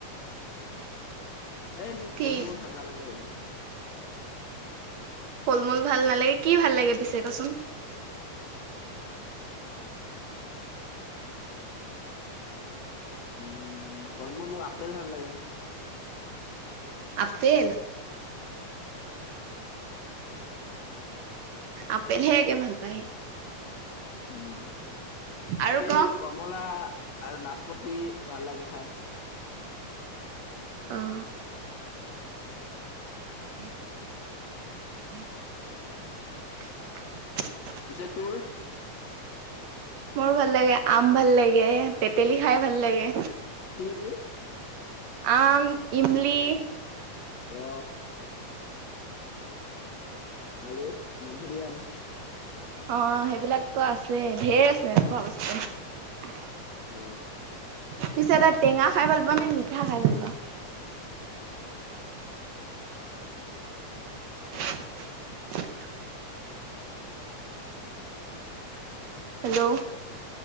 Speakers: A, on the left; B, on the right.
A: এ, মোক
B: কি
A: ফল মূল ভাল নালাগে এইবোৰ।
B: ফল মূল ভাল নালাগে, কি ভাল লাগে পিছে কচোন? <inaudible>
A: উম, ফল মূল মোৰ আপেল ভাল লাগে।
B: আপেল?
A: <inaudible>
B: আপেলহে একে ভাল পায় সি।
A: উম, আপেল,
B: আৰু ক
A: কমলা আৰু নাচপতি ভাল লাগে খাই।
B: অ',
A: <inaudible>
B: <unintelligible>
A: পিছে তোৰ?
B: মোৰ ভাল লাগে আম ভাল লাগে, তেতেলী খাই ভাল লাগে
A: কি কি
B: আম, ইমলি
A: অ আৰু মধুৰিআম?
B: অ, সেইবিলাকতো আছেই, ধেৰ আছে খোৱা বস্তু।
A: অ,
B: পিছে এ তই টেঙা খাই ভাল পাৱ নে মিঠা খাই ভাল পাৱ?
A: <unintelligible>
B: <unintelligible>
A: <inaudible>
B: হেল্ল'